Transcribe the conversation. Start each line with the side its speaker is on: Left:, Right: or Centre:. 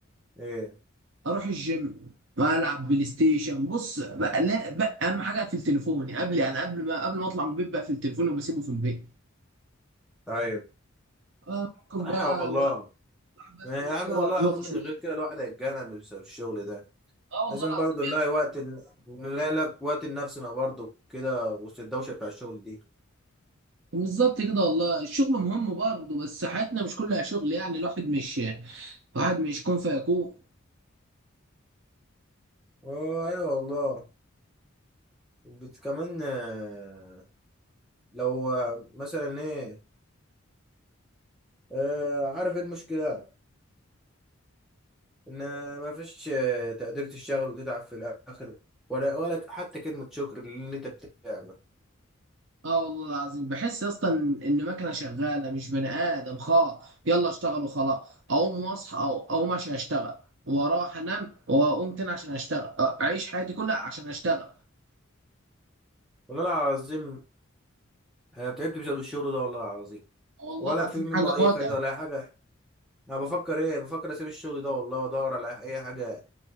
Centre: ايه
Right: اروح الجيم والعب بلاي ستيشن بص بقى لا بقى اهم حاجة في التليفون يعني قبل يعني قبل ما قبل ما اطلع من البيت بقى في التليفون وبسيبه في البيت
Centre: ايوه
Right: آه ممكن
Centre: صح
Right: بقى
Centre: والله
Right: الواحد بقى
Centre: يا
Right: يروح
Centre: عمي
Right: يروق
Centre: والله
Right: دماغه
Centre: العظيم من
Right: شوية
Centre: غير كده الواحد هيتجنن بسبب الشغل ده
Right: اه والله
Centre: لازم
Right: العظيم
Centre: برضه نلاقي وقت نلاقي لك وقت لنفسنا برضه كده وسط الدوشه بتاع الشغل دي
Right: بالظبط كده والله الشغل مهم برضه بس حياتنا مش كلها شغل يعني الواحد مش الواحد مش كون فيكون
Centre: آه، ايوه والله بت- كمان آه، لو آه، مثلا ايه آه، عارف ايه المشكلة ان ما فيش آه، تقدير تشتغل وتتعب في الاخر ولا ولا حتى كلمة شكر للي انت بتعمل
Right: اه والله العظيم بحس يا اسطى ان إن مكنه شغاله مش بني ادم خلاص يلا اشتغل وخلاص اقوم واصحى او اقوم عشان اشتغل واروح انام واقوم تاني عشان اشتغل أ- اعيش حياتي كلها عشان اشتغل
Centre: والله العظيم انا تعبت بسبب الشغل ده والله العظيم
Right: آه والله
Centre: ولا
Right: العظيم
Centre: في منه
Right: حاجه
Centre: اي
Right: متعبه
Centre: فايدة ولا اي حاجة انا بفكر ايه بفكر اسيب الشغل ده والله وادور على اي حاجة